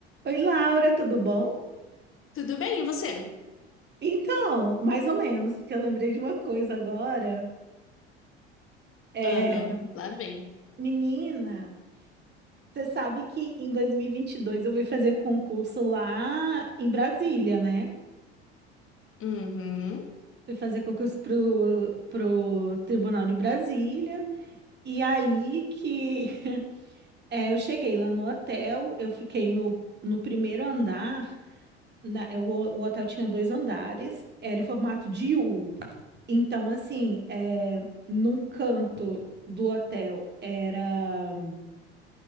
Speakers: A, on the right (about 30°); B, on the left (about 40°).
A: Oi, Laura, tudo bom?
B: Tudo bem, e você?
A: Então, mais ou menos, porque eu lembrei de uma coisa agora. É,
B: Ah, lá vem.
A: menina, você sabe que em 2022 eu fui fazer concurso lá em Brasília, né?
B: Uhum,
A: Fui fazer concurso pro, pro Tribunal de Brasília. E aí que <laughs> é, eu cheguei lá no hotel, eu fiquei no, no primeiro andar. na- o, o hotel tinha dois andares, era em formato de U. Então, assim, é, num canto do hotel era,